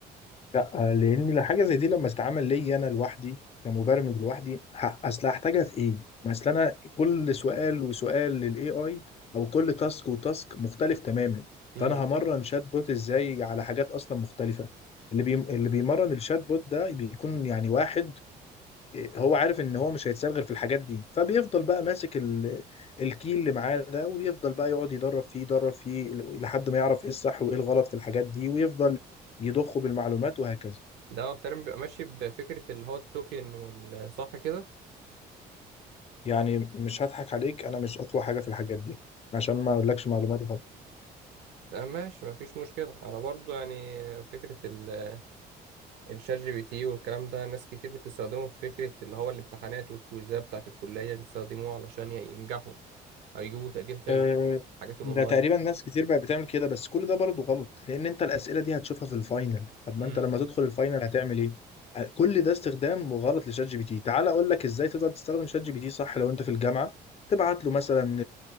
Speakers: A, on the left; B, on the right.
A: لا لان حاجه زي دي لما تتعمل لي انا لوحدي كمبرمج لوحدي ه- اصل هحتاجها في ايه ما اصل انا كل سؤال وسؤال للاي اي او كل تاسك وتاسك مختلف تماما
B: امم
A: فانا همرن شات بوت ازاي على حاجات اصلا مختلفه اللي بي... اللي بيمرن الشات بوت ده بيكون يعني واحد هو عارف ان هو مش هيتسال غير في الحاجات دي فبيفضل بقى ماسك ال... الكيل اللي معاه ده ويفضل بقى يقعد يدرب فيه يدرب فيه لحد ما يعرف ايه الصح وايه الغلط في الحاجات دي ويفضل يضخه بالمعلومات وهكذا
B: ده هو تقريبا بيبقى ماشي بفكره اللي هو التوكن والصح كده
A: يعني مش هضحك عليك انا مش اقوى حاجه في الحاجات دي عشان ما اقولكش معلومات
B: تمام ماشي مفيش مشكلة أنا برضو يعني فكرة ال- الشات جي بي تي والكلام ده ناس كتير بتستخدمه في فكرة اللي هو الامتحانات والكويزات بتاعة الكلية بيستخدموه علشان يعني ينجحوا أو يجيبوا تقدير حلو
A: آه،
B: الحاجات الأونلاين
A: ده تقريبا ناس كتير بقت بتعمل كده بس كل ده برضه غلط لان انت الاسئله دي هتشوفها في الفاينل طب ما
B: امم
A: انت لما تدخل الفاينل هتعمل ايه آه، كل ده استخدام غلط لشات جي بي تي تعال اقول لك ازاي تقدر تستخدم شات جي بي تي صح لو انت في الجامعه تبعت له مثلا